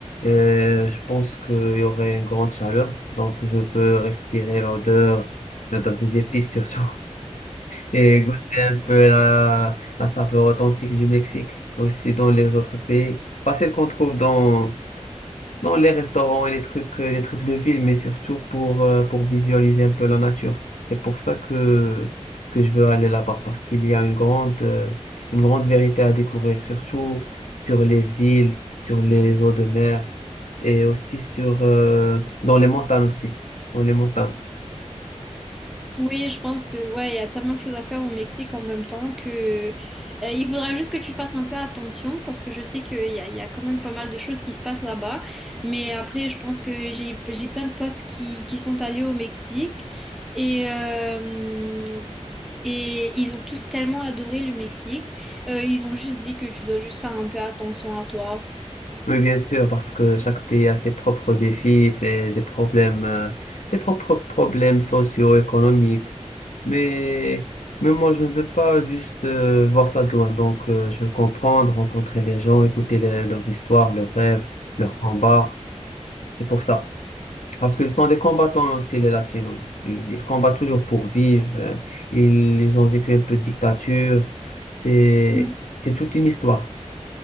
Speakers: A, on the left (about 80°); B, in the centre.
A: euh, je pense qu'il y aurait une grande chaleur, donc je peux respirer l'odeur, l'odeur des épices surtout. et goûter un peu la, la saveur authentique du Mexique, aussi dans les autres pays. Pas celle qu'on trouve dans, dans les restaurants et les trucs, euh, les trucs de ville, mais surtout pour, euh, pour visualiser un peu la nature. C'est pour ça que, que je veux aller là-bas, parce qu'il y a une grande, euh, une grande vérité à découvrir, surtout sur les îles, sur les eaux de mer et aussi sur, euh, dans les montagnes aussi, dans les montagnes.
B: Oui, je pense que ouais, il y a tellement de choses à faire au Mexique en même temps que euh, il faudra juste que tu fasses un peu attention parce que je sais qu'il y a, il y a quand même pas mal de choses qui se passent là-bas. Mais après, je pense que j'ai j'ai plein de potes qui, qui sont allés au Mexique et euh, et ils ont tous tellement adoré le Mexique. Euh, ils ont juste dit que tu dois juste faire un peu attention à toi.
A: Oui, bien sûr, parce que chaque pays a ses propres défis, ses, des problèmes, euh, ses propres problèmes socio-économiques. Mais, mais moi, je ne veux pas juste euh, voir ça de loin. Donc, euh, je veux comprendre, rencontrer les gens, écouter le- leurs histoires, leurs rêves, leurs combats. C'est pour ça. Parce qu'ils sont des combattants aussi, les Latinos. Ils, ils combattent toujours pour vivre. euh, Ils, ils ont vécu un peu de dictature. C'est,
B: Oui.
A: c'est toute une histoire.